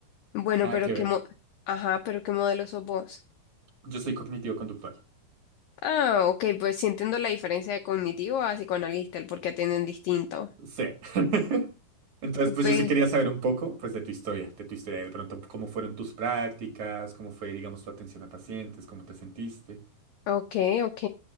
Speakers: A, on the left; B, on the right.
A: Bueno,
B: Nada
A: pero
B: que
A: qué
B: ver.
A: mo- Ajá, pero ¿qué modelo sos vos?
B: Yo soy cognitivo-conductual.
A: Ah, ok, pues sí entiendo la diferencia de cognitivo a psicoanalista, el por qué atienden distinto.
B: Sí. <laughs> Entonces, pues
A: Pe-
B: yo sí quería saber un poco, pues, de tu historia, de tu historia, de pronto, cómo fueron tus prácticas, cómo fue, digamos, tu atención a pacientes, cómo te sentiste.
A: ok, ok.